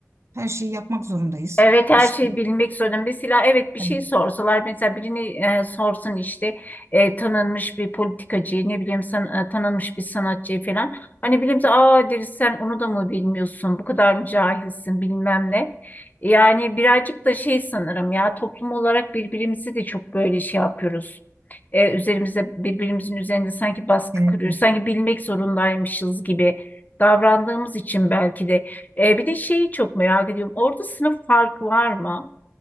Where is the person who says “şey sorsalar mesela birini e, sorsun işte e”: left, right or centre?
Left